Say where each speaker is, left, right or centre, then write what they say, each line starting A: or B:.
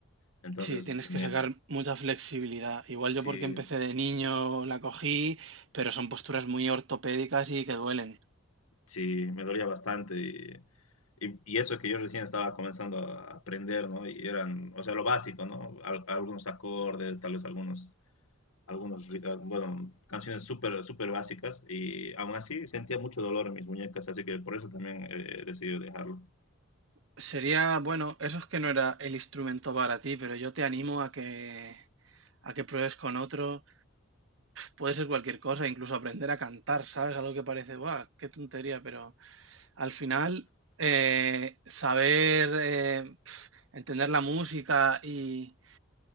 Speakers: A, on the left; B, on the right.
A: Entonces,
B: Sí, tienes que
A: me,
B: sacar mucha flexibilidad. Igual
A: sí,
B: yo porque empecé de niño la cogí, pero son posturas muy ortopédicas y que duelen.
A: sí, me dolía bastante y, y, y eso que yo recién estaba comenzando a aprender, ¿no? Y eran, o sea, lo básico, ¿no? Al- algunos acordes, tal vez algunos, algunos, ri- ah, bueno, canciones súper, súper básicas y aún así sentía mucho dolor en mis muñecas, así que por eso también eh, decidí dejarlo.
B: Sería, bueno, eso es que no era el instrumento para ti, pero yo te animo a que, a que pruebes con otro. Puede ser cualquier cosa, incluso aprender a cantar, ¿sabes? Algo que parece, ¡guau! ¡Qué tontería! Pero al final, eh, saber eh, entender la música y,